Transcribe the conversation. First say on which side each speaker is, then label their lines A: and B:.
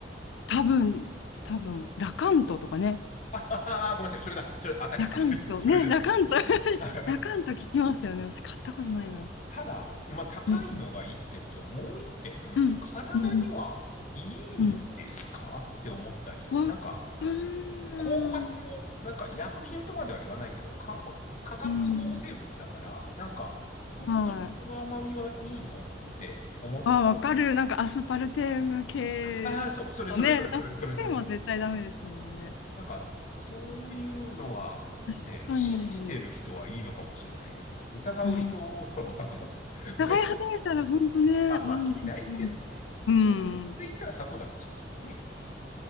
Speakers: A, on the left; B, on the left.
A: 多分、多分、ラカントとかね。
B: あ、<laughs> あ、あ、ごめんなさい。それだ。それ、当たり、
A: ラカント、
B: 当たりです。<laughs> それです。
A: ね、ラカント、
B: <laughs>
A: <laughs>
B: あ
A: ラカント聞きますよね。私買ったことないな。
B: ただ、まあ、高いのが一点と、
A: うん、
B: もう一点、
A: うん、
B: 体にはいいんですかって思ったり、
A: うん、うん。うんわ
B: なんか、
A: かん
B: 後発の、
A: ない。
B: なんか薬品とまでは言わないけど、化化学合成物だから、
A: うん。
B: なんか、本当にこの甘みはいいのって思った。
A: はい。あわかる。なんかアスパルテーム系のね、
B: ああー、そ、それそれそれそれそれそれ。
A: アスパルテームは絶対ダメですもんね。
B: なんか、そういうのは、
A: 確かに。
B: ね、信じてる人はいいのかもしれないけど、疑う人は
A: うん
B: <laughs>
A: 伺い始めたら本当ね、
B: ど、あ、
A: なんで、
B: まあ、気にないですけどね。
A: うん。
B: そうですね。
A: うん。
B: それ言ったら砂糖だってそうですもんね、っていう。